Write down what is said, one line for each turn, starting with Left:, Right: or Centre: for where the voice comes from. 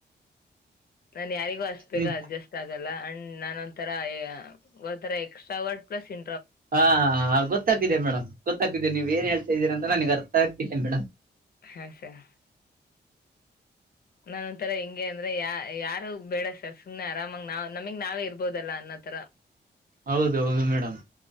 Left: ನಾನ್ ಯಾರಿ ಅಷ್ಟ ಬೇಗ್
Right: ನಿ-
Left: ಅಡ್ಜಸ್ಟ್ ಆಗಲ್ ಆಂಡ್ ನಾನ ಒಂತರ ಅಯ್ ಒಂತರ ಎಕ್ಸ್ಟ್ರಾವರ್ಟ್ ಪ್ಲಸ್ ಇ
Right: ಹಾ ಆಗ ಗೋ ಗೊತ್ತಾಗಿದೆ ಮೇಡಮ್ ಗೊತ್ತಾಗಿದೆ ನೀವ ಏನ್ ಹೇಳ್ತಾ ಇದೀರ ಅಂತ ನನಗ್ ಅರ್ಥ ಆಗ್ತಿದೆ ಮೇಡಮ್.
Left: ಹಾ ಸರ್ ನಾನ ಒಂಥರ ಹೇಂಗೆ ಅಂದ್ರೆ ಯ ಯಾರು ಬೇಡಸ ಸುಮ್ನೆ ಆರಾಮಾಗ ನಾವ್ ನಮಗ್ ನಾವೇ ಇರ್ಬೋದಲ್ಲ ಅನ್ನೋತರ
Right: ಹೌದ ಹೌದು ಮೇಡಮ್